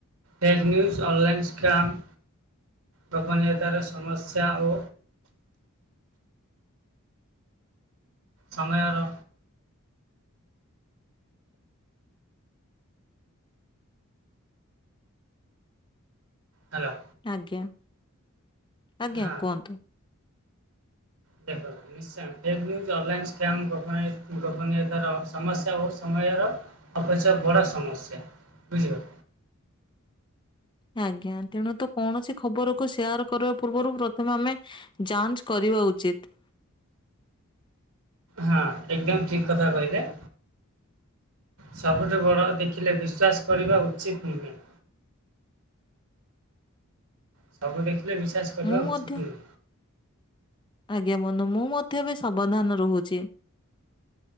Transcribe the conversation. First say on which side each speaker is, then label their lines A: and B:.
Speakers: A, on the right; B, on the left.
A: ଫେକ୍ ନ୍ୟୁଜ ଅନ୍ଲାଇନ୍ ସ୍କ୍ରାମ ଗୋପନୀୟତାର ସମସ୍ୟା ଓ ସମୟର ହ୍ୟାଲୋ।
B: ଆଜ୍ଞା ଆଜ୍ଞା
A: ହଁ
B: କୁହନ୍ତୁ।
A: ସେଭ୍ କରିଦେଲି। ନିଶ୍ଚୟ ଫେକ୍ ନ୍ୟୁଜ୍ ଅନଲାଇନ୍ ସ୍କା୍ମ୍ ଗୋପନୀୟ ଗୋପନୀୟତାର ସମସ୍ୟା ଓ ସମୟର ଅବଶ୍ୟ ବଡ଼ ସମସ୍ୟା, ବୁଝିଲ?
B: ଆଜ୍ଞା ତେଣୁ ତ କୌଣସି ଖବରକୁୁ ସେୟାର କରିବା ପୂର୍ବରୁ ପ୍ରଥମେ ଆମେ ଯାଞ୍ଚ କରିବା ଉଚିତ୍।
A: ହଁ ଏକଦମ ଠିକ କଥା କହିଲେ। ସବୁଠୁ ବଡ଼ ଦେଖିଲେ ବିଶ୍ୱାସ କରିବା ଉଚିତ ନୁହେଁ। ସବୁ ଦେଖିଲେ ବିଶ୍ୱାସ କରିବା
B: ମୁଁ
A: ଉଚିତ୍
B: ମଧ୍ୟ
A: ନୁହେଁ।
B: ଆଜ୍ଞା ବନ୍ଧୁ ମୁଁ ମଧ୍ୟ ବି ସାବଧାନ ରହୁଛି।